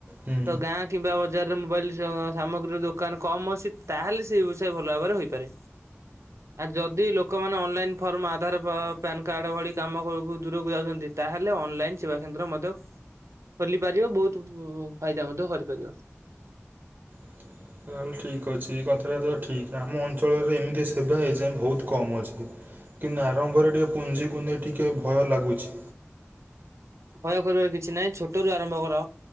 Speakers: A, on the right (about 45°); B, on the right (about 80°).
A: ହୁଁ
B: ତ ଗାଁ କିମ୍ବା ବଜା ବଜାରରେ ମୋବାଇଲ ସାମଗ୍ରୀର ଦୋକାନ କମ୍ ଅଛି, ତାହେଲେ ସେ ବ୍ୟବସାୟ ଭଲ ଭାବରେ ହୋଇପାରେ। ଆ ଯଦି ଲୋକମାନେ online form Aadhaar PAN card ଭଳି କାମ ହୋଉ ଦୂରକୁ ଯାଉଛନ୍ତି ତାହେଲେ ଅନଲାଇନ୍ ସେବା କେନ୍ଦ୍ର ମଧ୍ୟ ଖୋଲିପାରିବ ବହୁତ ଫାଇଦା ମଧ୍ୟ କରିପାରିବ।
A: <inaudible> ତାହେଲେ ଠିକ୍ ଅଛି କଥାବାର୍ତ୍ତା ଠିକ୍ ଆମ ଅଞ୍ଚଳରେ, ଏମିତି ସେବା ହେଇଯାଏ ବହୁତ କମ ଅଛି। କିନ୍ତୁ ଆରମ୍ଭରେ ଟିକେ ପୁଞ୍ଜି କୁ ନେଇେଇ ଟିକେ ଭୟ ଲାଗୁଚି।
B: ଭୟ କରିବାର କିଛି ନାହିଁ ଛୋଟ ରୁ ଆରମ୍ଭ କର।